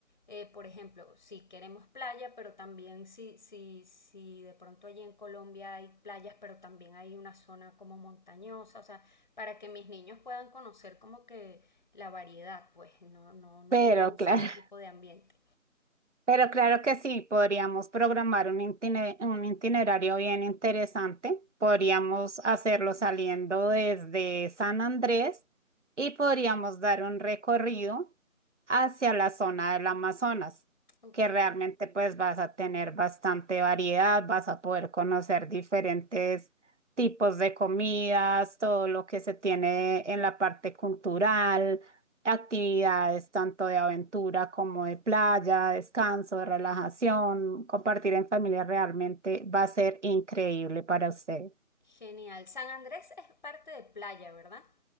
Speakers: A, on the left; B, on the right.
A: Eh, por ejemplo, si queremos playa, pero también si, si, si de pronto allí en Colombia hay playas, pero también hay una zona como montañosa, o sea, para que mis niños puedan conocer como que la variedad, pues no, no, no
B: Pero
A: ir a un
B: claro,
A: solo
B: <laughs>
A: tipo de ambiente.
B: Pero claro que sí, podríamos programar un itine- un itinerario bien interesante. Podríamos hacerlo saliendo desde San Andrés y podríamos dar un recorrido hacia la zona del Amazonas,
A: Ok,
B: que realmente pues vas a tener bastante variedad, vas a poder conocer diferentes tipos de comidas, todo lo que se tiene en la parte cultural actividades tanto de aventura como de playa, descanso, de relajación, compartir en familia realmente va a ser increíble para usted.
A: genial. San Andrés es parte de playa, ¿verdad?